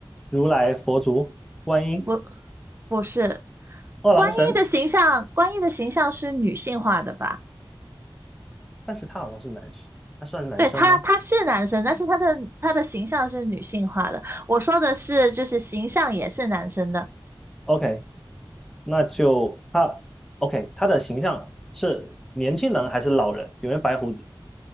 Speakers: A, in the centre; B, on the right (about 30°).
A: 如来佛祖观音。
B: 不不是。
A: 二郎神，
B: 观音的形象，观音的形象是女性化的吧？
A: 但是他好像是男生，他算男生吗
B: 对他，他是男生，但是他的他的形象是女性化的。我说的是，就是形象也是男生的。
A: ？OK，那就他，OK，他的形象是年轻人还是老人？有没有白胡子？